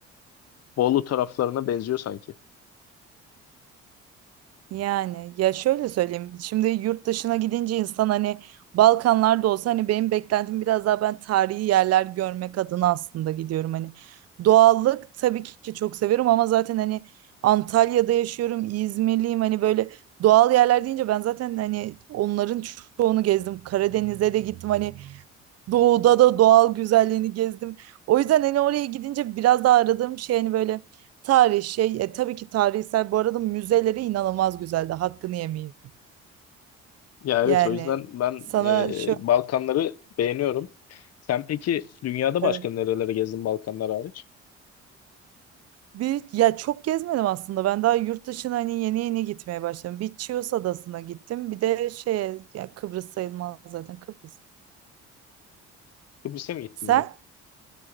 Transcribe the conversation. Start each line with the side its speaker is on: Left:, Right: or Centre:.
Left: Bolu taraflarına benziyor sanki.
Right: Yani ya şöyle söyleyeyim. Şimdi yurt dışına gidince insan hani Balkanlarda olsa hani benim beklentim biraz daha ben tarihi yerler görmek adına aslında gidiyorum hani. Doğallık tabii ki çok severim ama zaten hani Antalya'da yaşıyorum, İzmirliyim hani böyle doğal yerler deyince ben zaten hani onların çoğunu gezdim. Karadeniz'e de gittim hani Doğuda da doğal güzelliğini gezdim. O yüzden hani oraya gidince biraz daha aradığım şey hani böyle tarih şey e, tabii ki tarihsel bu arada müzeleri inanılmaz güzeldi. Hakkını yemeyeyim.
Left: Ya
Right: Yani
Left: evet o yüzden ben
Right: sana
Left: e,
Right: şöyle
Left: Balkanları beğeniyorum. Sen peki dünyada
Right: evet.
Left: başka nerelere gezdin Balkanlar hariç?
Right: bir ya çok gezmedim aslında. Ben daha yurt dışına hani yeni yeni gitmeye başladım. Bir Chios Adası'na gittim. Bir de şeye ya Kıbrıs sayılmaz zaten Kıbrıs.
Left: Kıbrıs'a mı gittin
Right: Sen?
Left: bir de?